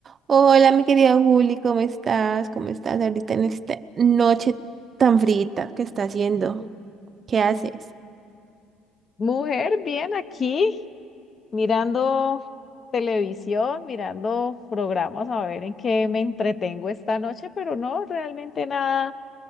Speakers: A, on the right; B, on the left.
A: Hola, mi querida Juli, ¿cómo estás? ¿Cómo estás ahorita en esta noche tan frita que está haciendo? ¿Qué haces?
B: Mujer, bien aquí, mirando televisión, mirando programas, a ver en qué me entretengo esta noche, pero no, realmente nada,